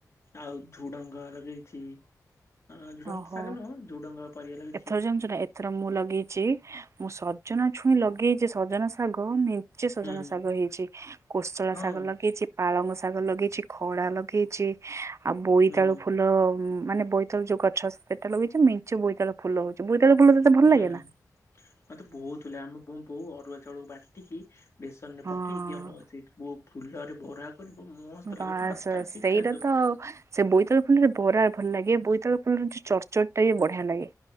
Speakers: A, on the left; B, on the right.
A: ଆଉ ଝୁଡଙ୍ଗ ଲଗେଇଛି। ଆ ଝୁଡଙ୍ଗ
B: ଓହୋ
A: ତ ଶାଗ ନୁହଁ ଝୁଡଙ୍ଗ ପରିବା ଲାଗିଛି।
B: ଏଥର ଜାଣିଛୁ ନା ଏଥର ମୁଁ ଲଗେଇଛି ମୁଁ ସଜନା ଛୁଇଁ ଲଗେଇ ଯେ ସଜନ ଶାଗ ମେଞ୍ଚେ ସଜନ
A: ହୁଁ
B: ଶାଗ ହେଇଛି, କୋଶଳା
A: ହଁ
B: ଶାଗ ଲଗେଇଛି। ପାଳଙ୍ଗ ଶାଗ ଲଗେଇଛି, ଖଡା ଲଗେଇଛି ଆଉ ବୋଇତାଳୁ
A: ହୁଁ
B: ଫୁଲ ମାନେ ବୋଇ ଯୋ ଗଛ ସେଟା ଲଗେଇଛି, ମେଞ୍ଚେ ବୋଇତାଳୁ ଫୁଲ ହଉଛି, ବୋଇତାଳୁ ଫୁଲ ତତେ ଭଲ
A: ହୁଁ।
B: ଲାଗେ ନା?
A: ମତେ ବହୁତ ଥିଲା, ଆମ ବୋଉ ଅରୁଆ ଚାଉଳକୁ ବା ଟିକି ବେସନ ରେ
B: ହଁ
A: ପକେଇକି ଆ ସେ ଫୁଲରେ ବରା କରିବ ମସ୍ତ
B: ବାସ୍
A: ଲାଗିବ, ହାତ
B: ବାସ୍
A: ଚାଟିକି
B: ସେଇଟା
A: ଖାଇଦବୁ।
B: ତ ଆଉ ସେ ବୋଇତଳ ଫୁଲରେ ବରା ଭଲ ଲାଗେ, ବୋଇତଳ ଫୁଲର ଯୋଉ ଚର୍ଚରଟ ଟା ବି ବଢିଆ ଲାଗେ।